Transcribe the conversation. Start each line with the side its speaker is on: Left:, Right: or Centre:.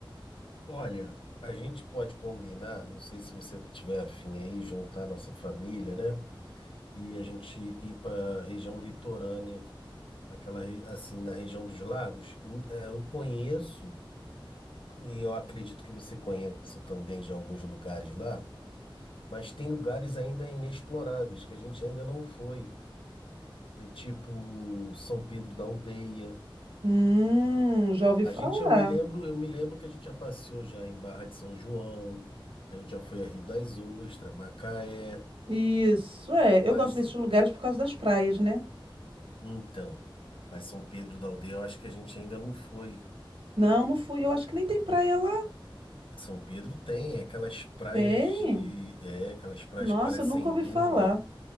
Left: Olha, a gente pode combinar, não sei se você tiver afim aí, juntar a nossa família, né? E a gente ir para a região litorânea, aquela re- assim, na região dos lagos. Hum, é, Eu conheço e eu acredito que você conheça também já alguns lugares lá, mas tem lugares ainda inexploráveis que a gente ainda não foi, É tipo São Pedro da Aldeia.
Right: Hum, já ouvi
Left: A
Right: falar.
Left: gente, eu me lembro, eu me lembro que a gente já passeou já em Barra de São João, a gente já foi a Rio das Ostras, Macaé,
Right: Isso, é.
Left: mas
Right: Eu gosto desses lugares por causa das praias, né?
Left: então, mas São Pedro da Aldeia, eu acho que a gente ainda não foi.
Right: Não, não fui. Eu acho que nem tem praia lá.
Left: São Pedro tem é aquelas praias
Right: Tem?
Left: de, é, aquelas praias
Right: Nossa,
Left: que parecem
Right: eu nunca ouvi
Left: duna.
Right: falar.